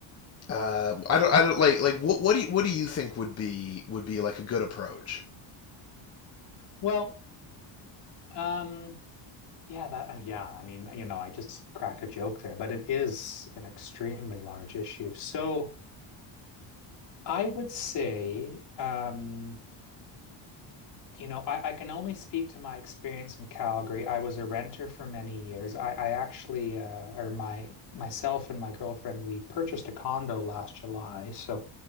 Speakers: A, on the left (about 30°); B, on the left (about 55°).
A: Uh, I don't I don't like like what what do you, what do you think would be would be like a good approach?
B: Well, um yeah, that uh, yeah, I mean, you know, I just cracked a joke there, but it is an extremely large issue. So, I would say um You know, I, I can only speak to my experience in Calgary. I was a renter for many years. I, I actually, uh, or my myself and my girlfriend, we purchased a condo last July. So